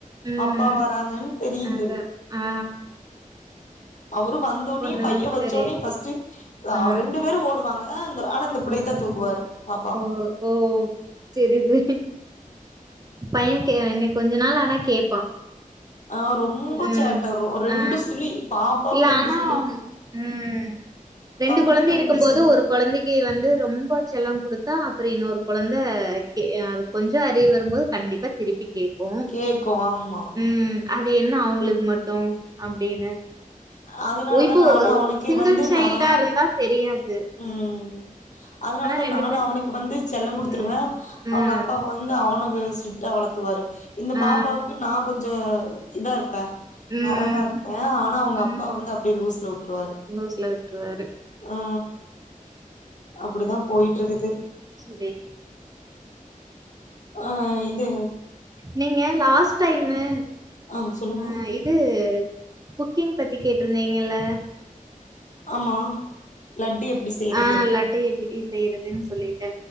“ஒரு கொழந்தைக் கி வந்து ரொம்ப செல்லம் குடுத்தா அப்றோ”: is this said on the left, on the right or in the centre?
Right